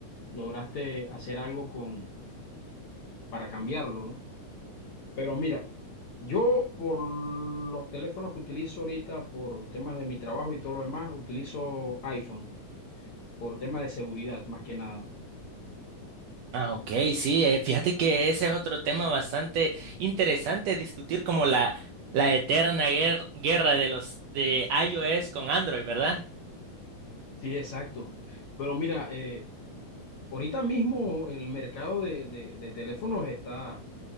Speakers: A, on the left; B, on the right.
A: lograste hacer algo con, para cambiarlo, ¿no? Pero mira, yo por los teléfonos que utilizo ahorita, por temas de mi trabajo y todo lo demás, utilizo iPhone, por temas de seguridad más que nada.
B: Ah, ok, sí, eh, fíjate que ese es otro tema bastante interesante discutir como la, la eterna guer- guerra de los de iOS con Android, ¿verdad?
A: Sí, exacto. Pero mira, eh, ahorita mismo el mercado de, de- de teléfonos está,